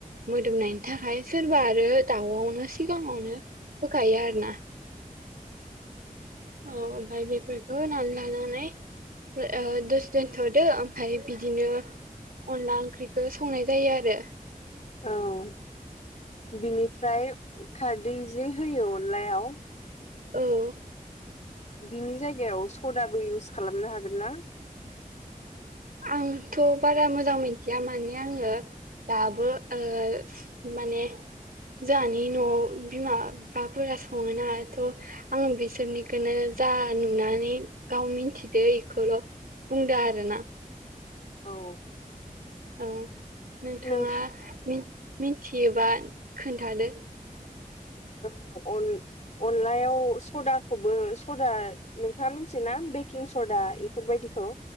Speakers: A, on the right; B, on the left.
A: मोदोमनायनि थाखाय सोरबा आरो दाउआवनो सिगाङावनो होखायो आरो ना औ ओमफाय बेफोर होनानै लानानै ओ दसे दोनथ'दो ओमफाय बिदिनो अनला ओंख्रिखौ संनाय जायो आरो
B: औ बिनिफ्राय खारदै जे होयो अनलायाव
A: औ
B: बिनि जायगायाव सदाबो इउस खालामनो हागोन ना
A: आंथ' बारा मोजां मिथिया माने आङो दाबो ओ माने जोंहानि न'आव बिमा बिफाफोरा सङोनाथ' आं बिसोरनिखोनो जा नुनानै गाव मिथिदो इखोल' बुदो आरो ना
B: औ
A: औ नोंथाङा
B: नोंथां
A: मिन मिन्थियोबा खोन्थादो
B: औ अन अनलायाव सदाखौबो सदा नोंथाङा मिन्थियोना बेकिं सदा बेफोरबायदिखौ